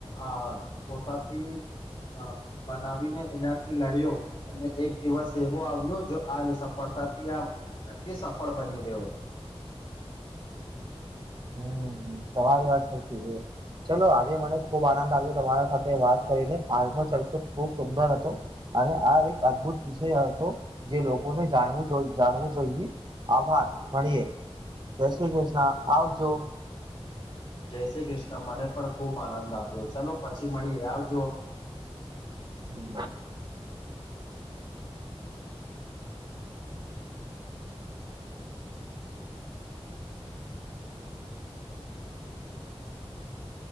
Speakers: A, on the left; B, on the right.
A: આ પોતાથી. અ બનાવીને એનાથી લડ્યો. અને એક દિવસ એવો આવ્યો જો આ નિસફળતાથી આ વ્યક્તિ સફળ બની ગ્યો.
B: હમ્મ તમારી વાત સાચી છે. ચલો આજે મને ખુબ આનંદ આવ્યો તમારા સાથે વાત કરીને આજનો ચરચો ખુબ સુંદર હતો. અને આ એક અદભુત વિષય હતો જે લોકોને જાણવું જોઈએ. જાણવું જોઈએ આભાર મળીએ જય શ્રી કૃષ્ણ આવજો.
A: જય શ્રી કૃષ્ણ મને પણ ખુબ આનંદ આવ્યો ચાલો પછી મળીએ આવજો.
B: <inaudible>